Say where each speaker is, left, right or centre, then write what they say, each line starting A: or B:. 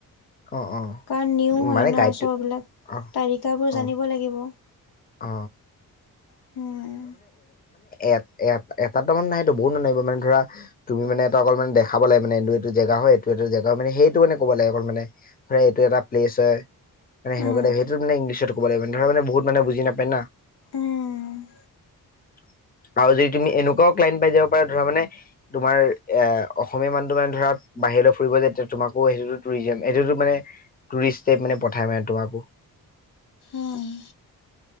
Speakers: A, on the left; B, on the left.
A: অ', অ'।
B: কাৰণ নিউ হৈ
A: মানে
B: না
A: গাইডটো
B: শো বিলাক
A: অ',
B: তালিকাবোৰ
A: অ',
B: জানিব লাগিব।
A: অ
B: উম
A: এট - এটএটাতো নাই নাহে বহুত মানুহ আহিব ধৰা তুমি অলপ মান দেখাব লাগিব এইটো - এইটো জেগা। হয় এইটো - এইটো জেগা হয় মানে সেইটো মানে ক'ব লাগে অকল মানে ধৰা এইটো এটা প্লেছ হয়। মানে সেনেকুৱা
B: উম
A: সেইটো মানে ইংলিছত ক'ব লাগিব তেনেলে মানে বহুত মানুে বুজি নাপায় না।
B: উম
A: <inaudible> আৰু যদি তুমি এনেকুৱাও ক্লাইণ্ট পাই যাব পাৰা ধৰা মানে তোমাৰ এ অসমীয়া মানুহটো মানে ধৰা বাহিৰলৈ ফুৰিব যেতিয়া তোমাকো সেইটোতো টুৰিজম সেইটোতো মানে টুৰিষ্ট টাইপ পঠাই। <unintelligible>
B: উম।